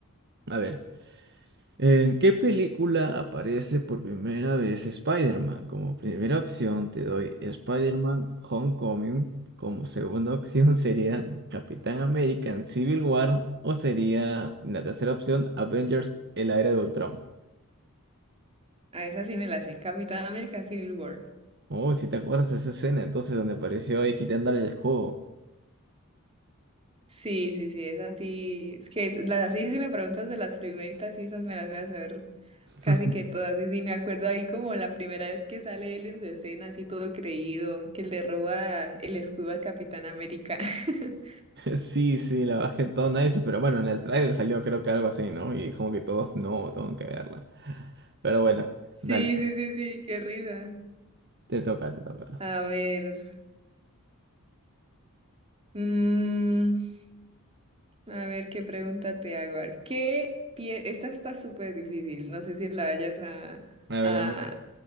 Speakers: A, on the right; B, on the right.
A: A ver. ¿En qué película aparece por primera vez Spider-Man? Como primera opción te doy Spider-Man Homecoming. Como segunda opción sería Capitán América en Civil War. O sería la tercera opción Avengers, el era de Ultron.
B: a esa sí me la sé, Capitán América Civil War.
A: Oh, si te acuerdas de esa escena, entonces donde apareció ahí quitándole el juego.
B: Sí, sí, sí, es así. Es que es- las así, si me preguntas de las primeritas, sí, esas me las voy a saber casi
A: <laughs>
B: que todas. Y sí, me acuerdo ahí como la primera vez que sale él en su escena, así todo creído, que le roba el escudo al Capitán América. <laughs>
A: Sí, sí, la bajé todo nice, pero bueno, en el tráiler salió creo que algo así, ¿no? Y como que todos, no, tengo que verla. Pero bueno,
B: Sí,
A: dale,
B: sí, sí, sí, qué risa.
A: te toca, te toca.
B: A ver, mm, a ver qué pregunta te hago. A ver, ¿qué pie... Esta está súper difícil, no sé si la vayas a,
A: A ver,
B: a,
A: a ver,